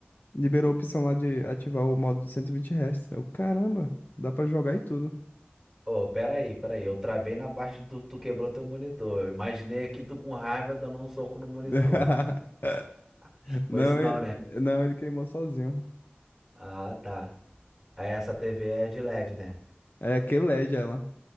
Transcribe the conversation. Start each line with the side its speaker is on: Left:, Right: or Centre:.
Left: liberou a opção lá de ativar o modo de 120 Hz. Eu, caramba, dá pra jogar e tudo.
Centre: Ô, peraí, peraí. Eu travei na parte do tu quebrou teu monitor. Eu imaginei aqui tu com raiva dando um soco no monitor.
Left: <laughs>
Centre: <laughs>
Left: Não,
Centre: Foi isso
Left: ele...
Centre: não, né?
Left: não, ele queimou sozinho.
Centre: Ah, tá. Aí Essa TV é de LED, né?
Left: É, QLED ela.